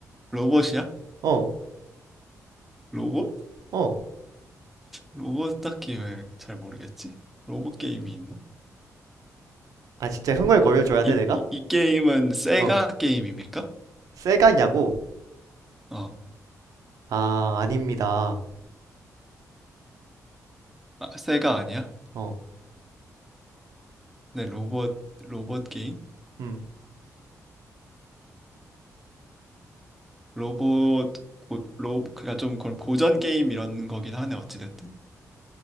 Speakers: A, in the centre; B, on the right (about 70°).
A: 로봇이야?
B: 어,
A: 로봇?
B: 어.
A: 로봇 딱히 왜 잘 모르겠지? 로봇 게임이 있나?
B: 아 진짜 흥얼거려 줘야
A: 이,
B: 돼 내가?
A: 이, 이 게임은 세가
B: 어,
A: 게임입니까?
B: 세가냐고?
A: 어,
B: 아 아닙니다.
A: 아, 세가 아니야?
B: 어,
A: 네, 로봇, 로봇 게임?
B: 음.
A: 로봇, 고, 로봇, 그니까 좀 그런 고전 게임 이런 거긴 하네, 어찌됐든.